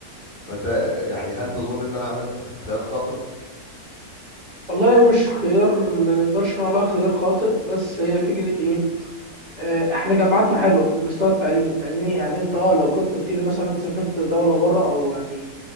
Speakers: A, on the left (about 55°); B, on the right (about 55°).
A: فانت يعني هل تظن ان انا عملت خيار خاطئ
B: والله مش خيار ما نقدرش نقول عليها خيار خاطئ بس هي فكره ايه آه، احنا جامعاتنا حلوه من مستوى التعليم فاهمني يعني انت
A: امم
B: اه لو كنت قلت لي مثلا انت سافرت دوله بره او يعني